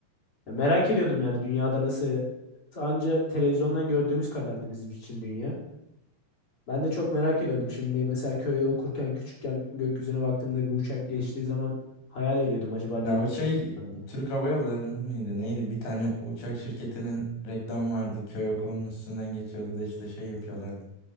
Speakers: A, on the left; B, on the left.
A: Ya merak ediyordum yani dünyada nasıl anca televizyondan gördüğümüz kadardı bizim için dünya. Ben de çok merak ediyordum. Şimdi mesela köyde okurken küçükken gökyüzüne baktığımda bir uçak geçtiği zaman hayal ediyordum acaba
B: Ya
A: nereye?
B: o şey
A: gideceğim diye.
B: Türk Hava Yolları'nın mıydı? Neydi? Bir tane uçak şirketinin reklamı vardı. Köy okulunun üstünden geçiyordu da işte şey yapıyorlardı.